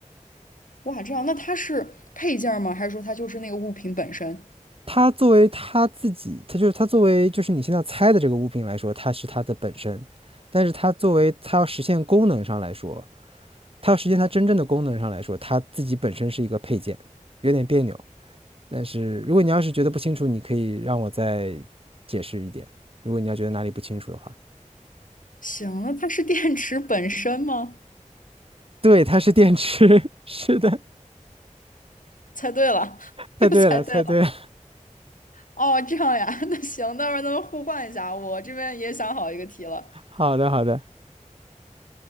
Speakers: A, on the left; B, on the right.
A: 哇，这样，那它是配件儿吗？还是说它就是那个物品本身？
B: 它作为它自己，它就是它作为就是你现在猜的这个物品来说，它是它的本身，但是它作为它要实现功能上来说，它要实现它真正的功能上来说，它自己本身是一个配件，有点别扭。但是如果你要是觉得不清楚，你可以让我再解释一点。如果你要觉得哪里不清楚的话，
A: 行，那它是电池本身吗？
B: 对，它是电池，<laughs> 是的，
A: 猜对了，<laughs>
B: 猜对了，
A: 又猜对了。
B: 猜对了。
A: 哦，这样呀，<laughs> 那行，待会儿咱们互换一下，我这边也想好一个题了。
B: 好的，好的，